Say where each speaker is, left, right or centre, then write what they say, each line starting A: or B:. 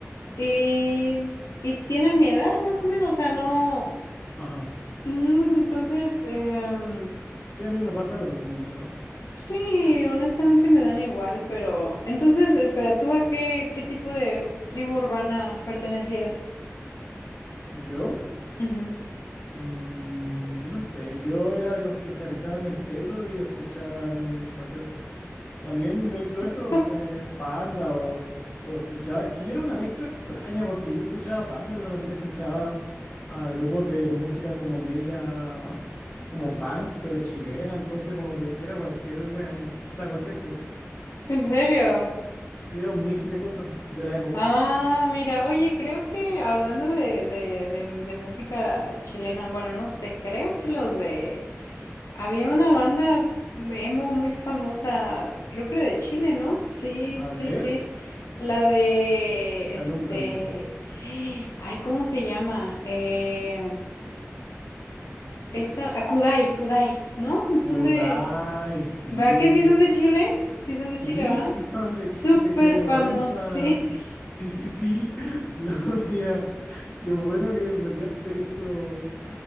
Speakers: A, on the left; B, on the left.
A: Y, y tienen mi edad, más o menos. O sea, no.
B: Ajá.
A: mm, entonces, em,
B: Sí, a mí me pasa lo mismo, en verdad.
A: Sí, honestamente me dan igual, pero entonces, espera, ¿tú a qué, qué tipo de tribu urbana pertenecías?
B: ¿Yo?
A: Ujú.
B: Mm, no sé, yo era de los que se alisaban el pelo y escuchaban cualquier cosa. También dentro de eso,
A: <laughs>
B: eh, Panda o, o escuchaba... Es que yo era una mezcla extraña porque yo escuchaba Panda, pero también escuchaba a grupos de música como media... como punk, pero chilena, entonces como que era cualquier wea yo. O sea, cualquier cosa.
A: ¿En serio?
B: Sí, era un mix de cosas de la época.
A: Ah, mira, oye, creo que hablando de, de, de, de música chilena, bueno, no sé, creo que los de... Había una banda emo muy famosa, creo que era de Chile, ¿no? Sí,
B: A ver,
A: sí, sí. La de,
B: alúmbrame.
A: este...
B: Ah,
A: Ay, ¿cómo se llama? Eh, Esta, a Kudai, Kudai, ¿no?
B: Kudai,
A: Son de.
B: sí.
A: ¿Va que sí son de Chile? Sí son
B: Sí,
A: de Chile, ¿va?
B: sí son de
A: Súper
B: Chile, qué vergüenza.
A: famosos. <laughs>
B: Sí, sí, sí, <laughs> Claudia, qué bueno que bloqueaste eso.